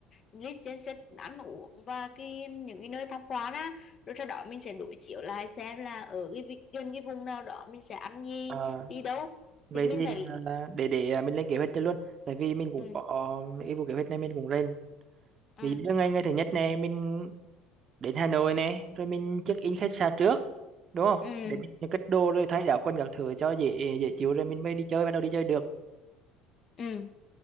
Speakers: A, on the left; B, on the right.
A: list danh sách ăn uống và cái những cái nơi tham quan á rồi sau đó mình sẽ đối chiếu lại xem là ở cái vị- gần cái vùng nào đó mình sẽ ăn gì
B: đấy.
A: đi đâu
B: vậy
A: thì mình
B: thì
A: phải
B: à, để để à, mình lên kế hoạch cho luôn tại vì mình cũng
A: ừ
B: có cái vụ kế hoạch này mình cũng lên
A: ừ
B: ví dụ như ngày ngày thứ nhất này mình đến Hà Nội này rồi mình check in khách sạn trước đúng không
A: ừ
B: để mình cất đồ rồi thay áo quần các thứ cho dễ dễ chịu rồi mình mới đi chơi bắt đầu đi chơi được
A: ừ